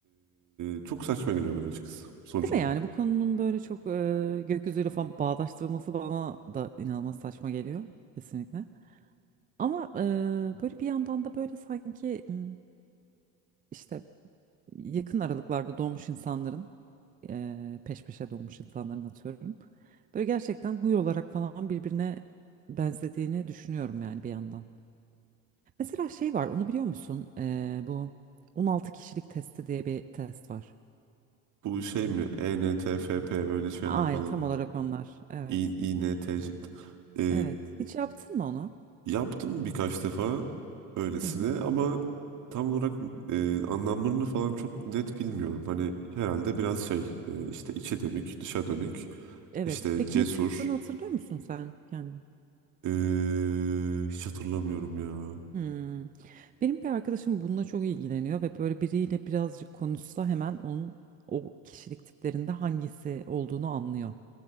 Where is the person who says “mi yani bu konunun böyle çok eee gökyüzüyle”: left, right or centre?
Right